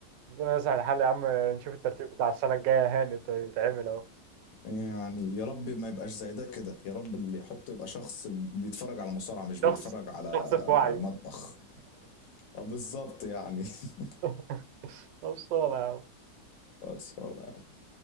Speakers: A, on the right (about 80°); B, on the left (about 85°).
A: ربنا يسهل الحال يا عم نشوف الترتيب بتاع السنة الجاية هاني يتعمل اهو
B: يعني يا رب ما يبقاش زي ده كده يا رب اللي يحطه يبقى شخص بيتفرج على مصارعة
A: الشخص
B: مش بيتفرج على
A: الشخص في وعيه
B: مطبخ اه بالظبط يعني <laughs>
A: <laughs> خلصانة يا عم
B: خلصانة يا عم